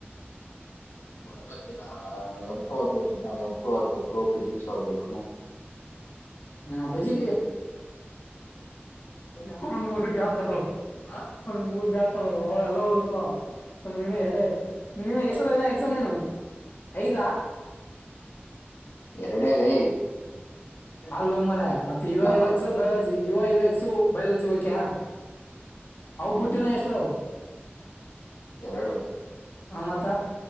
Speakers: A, on the left; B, on the left.
A: ಬಯಾಲಜಿನಾರ ಎು ಓದ್ಬೇಕನ್ನ ಎಷ್ಟಟು ಓದಬೇಕು ಫಿಸಿಕ್ಸ್ ಓದಬೇಕು
B: ಹ್ಮ ಬಜಿ ಅವನ್ ಮೂರ್ ಬ ಹಾಕದ ಅವನ್ ಮೂರ್ ಬ ಹಾಕದ ಅವ ಎಲ್ಲ ಹೋದಬೇಕಕ ನೀ ಎರಡೆ ನೀನು ಎಷ್ಟ ಎಕ್ಸಾಮ್ ಏನು ಐದಾ <inaudible>
A: ಎರಡಲೇ
B: ಅಲ್ಲೋ ಮರ ಮತ್ತೆ ಇವ ಇವಕ್ಸು
A: ನೋಡು
B: ಬಯಲಜಿ ಇವ ಇವಕ್ಸು ಬಯಲಜಿ ಹಕ್ಯ ಅವು
A: ಹ್ಮ್
B: ಬುಟ್ಟಿನ ಎಷ್ಟ ಅದಾವ
A: ಎರಡು
B: ಹ ಮಾತಾ